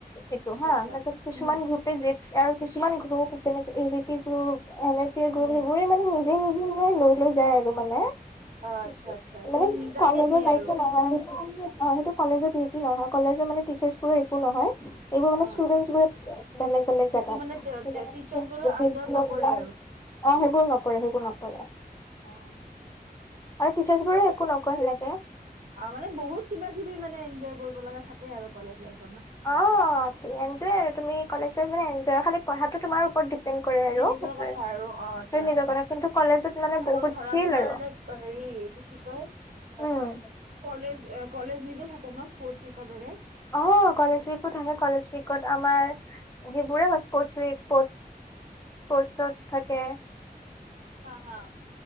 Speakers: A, on the left (about 20°); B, on the right (about 50°).
A: এইটো
B: আচ্ছা
A: হা,
B: আচ্ছা
A: তাছত কিছুমান
B: উম
A: গ্ৰুপে <unintelligible> আৰু কিছুমান গ্ৰুপ <unintelligible> <unintelligible> গ্ৰুপ সেইবোৰে
B: উম
A: মানে নিজে, নিজে মানে লৈ, লৈ যায় আৰু মানে।
B: অ আচ্ছা
A: <unintelligible>
B: আচ্ছা তুমি
A: মানে
B: নিজাকে
A: কলেজৰ
B: নিয়ে
A: দায়িত্ব
B: আৰু
A: নহয় সেইটো। অ', কলেজৰ‌ ডিউটি নহয়, কলেজৰ মানে টিচাৰবোৰৰ একো নহয়, এইবোৰ মানে
B: হা
A: ষ্টুডেণ্টচবোৰে পাতে। বেলেগ বেলেগ
B: সেইটো
A: জেগাত
B: মানে
A: <unintelligible>
B: টিচাৰ্চ বোৰৰ আণ্ডাৰত নপৰে আৰু
A: অ', হেইবোৰ নকৰে, হেইবোৰ নকৰে।
B: অ'।
A: আৰু টিচাৰ্চ বোৰো একো নকৰে লাগে
B: অ মানে বহুত কিবা কিবি মানে এনজয় কৰিব লগা থাকে আৰু কলেজ লাইফ
A: অ', এনজয় আৰু তুমি কলেজত মানে এনজয় খালি পঢ়াটো তোমাৰ ওপৰত ডিপেণ্ড কৰে
B: সেইটো
A: আৰু
B: নিজৰ
A: সেইটোৱে
B: কথা আৰু অ', আচ্ছা, আচ্ছা,
A: নিজৰ কথা কিন্তু কলেজত মানে বহুত
B: আৰু ধৰা
A: চিল
B: তোমাৰ
A: আৰু
B: লাইক হেৰি ৰি এই এইটো কি কয়?
A: উম
B: অ', কলেজ-কলেজ উইকো থাকে ন? স্পৰ্ট উইকৰ দৰে?
A: অ', কলেজ উইকো থাকে। কলেজ উইকত আমাৰ সেইবোৰে হয় স্পৰ্ট উইক, স্পৰ্ট স্পৰ্টছত থাকে।
B: হা, হা।